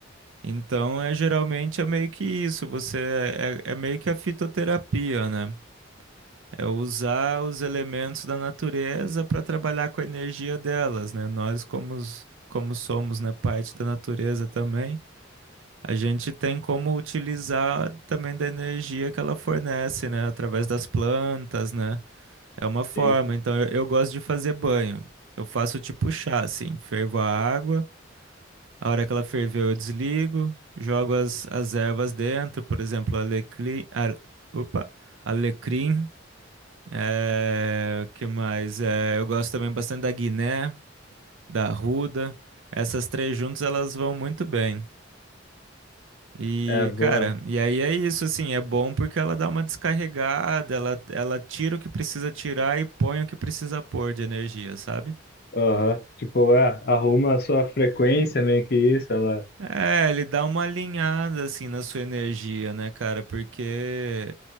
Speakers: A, on the right (about 80°); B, on the left (about 50°).
A: Então, é geralmente é meio que isso, você é, é é meio que a fitoterapia, né? É usar os elementos da natureza para trabalhar com a energia delas, né? Nós como, os- como somos, né, parte da natureza também, a gente tem como utilizar também da energia que ela fornece, né? Através das plantas, né? É uma forma.
B: Sim.
A: Então, eu, eu gosto de fazer banho. Eu faço tipo chá, assim. Fervo a água. A hora que ela ferveu, eu desligo. Jogo as, as ervas dentro. Por exemplo, alecrim. a- opa, alecrim. É, o que mais? É, eu gosto também bastante da guiné, da arruda. Essas três juntas, elas vão muito bem. E,
B: É, boa.
A: cara, e aí é isso, assim, é bom porque ela dá uma descarregada, ela, ela tira o que precisa tirar e põe o que precisa pôr de energia, sabe?
B: Aham. Tipo, é, arruma a sua frequência, meio que isso, ela.
A: É, ele dá uma alinhada, assim, na sua energia, né, cara? Porque